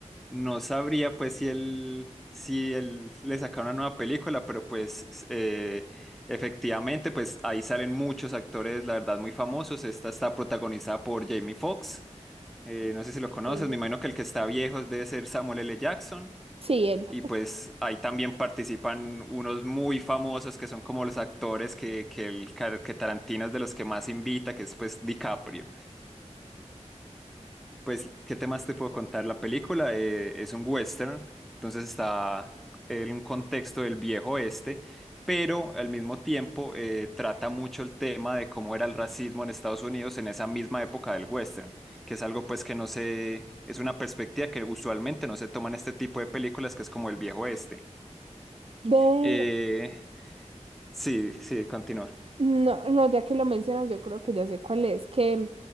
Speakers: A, in the centre; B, on the right (about 55°).
A: no sabría pues si él, si él le saca una nueva película, pero pues s- eh, efectivamente pues ahí salen muchos actores, la verdad, muy famosos. Esta está protagonizada por Jamie Foxx, eh, no sé si lo conoces,
B: Sí.
A: me imagino que el que está viejo debe ser Samuel L. Jackson.
B: Sí, él.
A: Y pues ahí también participan unos muy famosos que son como los actores que, que, el, Car- que Tarantino es de los que más invita, que es pues DiCaprio. Pues, ¿qué temas te puedo contar? La película eh, es un western, entonces está en un contexto del viejo oeste, pero al mismo tiempo eh, trata mucho el tema de cómo era el racismo en Estados Unidos en esa misma época del western, que es algo pues que no se, es una perspectiva que usualmente no se toma en este tipo de películas, que es como el viejo oeste.
B: Ve,
A: Eh, sí, sí, continúa.
B: no, no, ya que lo mencionas, yo creo que ya sé cuál es, que